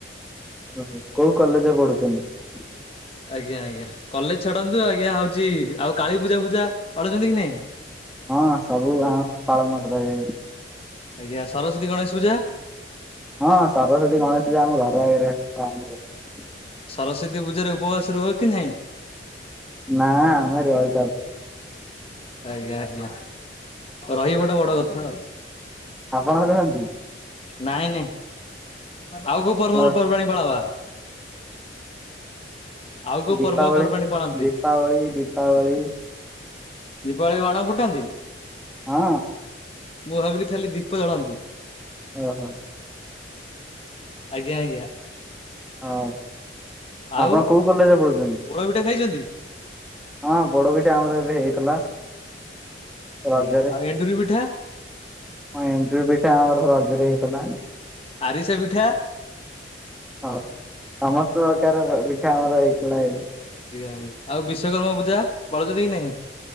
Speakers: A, in the centre; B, on the left.
A: ଓହୋ କୋଉ କଲେଜରେ ପଢୁଛନ୍ତି?
B: ଆଜ୍ଞା-ଆଜ୍ଞା କଲେଜ ଛାଡନ୍ତୁ ଆଜ୍ଞା ହଉଛି ଆଉ କାଳୀ ପୂଜା ଫୂଜା ପାଳୁଛନ୍ତି କି ନାଇଁ?
A: ହଁ ସବୁ ଆମ ପାଳନ କରାଯାଏ।
B: ଆଜ୍ଞା ସରସ୍ଵତୀ ଗଣେଶ ପୂଜା।
A: ହଁ ସରସ୍ଵତୀ ଗଣେଶ ଆମ ଘର ଆଗରେ ପାଳନ କରାଯାଏ।
B: ସରସ୍ଵତୀ ପୂଜାରେ ଉପବାସ ରୁହ କି ନାହିଁ?
A: ନା ଆମେ ରହି
B: ଆଜ୍ଞା-ଆଜ୍ଞା ରହିବା ଟା ବଡ କଥା।
A: ଆପଣ ରୁହନ୍ତି।
B: ନାଇଁ ନାଇଁ ଆଉ କୋଉ ପର୍ବରୁ
A: ଆପଣ
B: ପର୍ବାଣୀ ପଳା ବା? ଆଉ କୋଉ
A: ଦୀପାବଳି
B: ପର୍ବପର୍ବାଣୀ ପାଳନ୍ତି?
A: ଦୀପାବଳି ଦୀପାବଳି
B: ଦୀପାବଳି ବାଣ ଫୁଟାନ୍ତି?
A: ହଁ
B: ମୁଁ ଭାବିଲି ଖାଲି ଦୀ ପ ଜଳାନ୍ତି।
A: ଓ ହୋ!
B: ଆଜ୍ଞା, ଆଜ୍ଞା,
A: ହଉ
B: ଆଉ
A: ଆପଣ କୋଉ କଲେଜ୍ ରେ ପଢୁଛନ୍ତି?
B: ପୋଡ ପିଠା ଖାଇଛନ୍ତି?
A: ହଁ ପୋଡ ପିଠା ଆମର ଏବେ ହେଇଥିଲା। ରଜରେ
B: ସେୟା, ଆଉ ଏଣ୍ଡୁରି ପିଠା?
A: ହଁ ଏଣ୍ଡୁରି ପିଠା ଆମର ରଜରେ ହେଇଥିଲା।
B: ଆରିସା ପିଠା?
A: ଓହୋ, ସମସ୍ତ ପ୍ରକାର ପ-ପିଠା ଆମର ହେଇଥିଲା ହେରୁ।
B: ଏୟା ହୁଏ। ଆଉ ବିଶ୍ଵକର୍ମା ପୂଜା ପାଳୁଚନ୍ତି କି ନାଇଁ?